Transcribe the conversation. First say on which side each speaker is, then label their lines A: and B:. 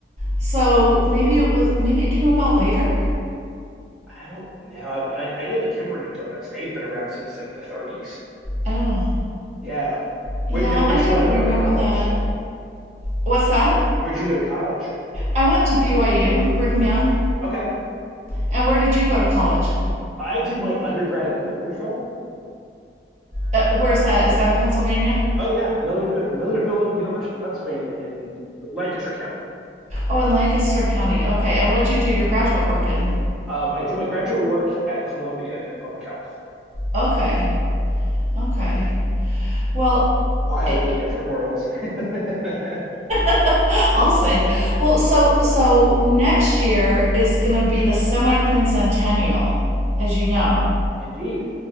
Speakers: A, on the right (about 40°); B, in the centre.
A: So maybe it was maybe it came about later.
B: I don't know. I, I I know the Kimberton Donuts, they've been around since like the 30s.
A: Oh.
B: Yeah.
A: Yeah,
B: Where, now, where'd
A: I
B: you
A: don't
B: wind up
A: remember
B: going to college?
A: that. What's that?
B: Where'd you go to college?
A: I went to BYU, Brigham Young.
B: Okay.
A: And where did you go to college?
B: I did my undergrad at Millersville.
A: Uh, where's that? Is that in Pennsylvania?
B: Oh yeah, Millersville, Millersville University, Pennsylvania, in Lancaster County.
A: Oh, in Lancaster County. Okay. And what'd you do your graduate work in?
B: Um, I did my graduate work at Columbia in public health.
A: Okay. Okay. Well,
B: Wildly
A: it,
B: different worlds. <laughs>
A: <laughs> I'll say. Well, so so next year is going to be the semi quincentennial, as you know.
B: Indeed.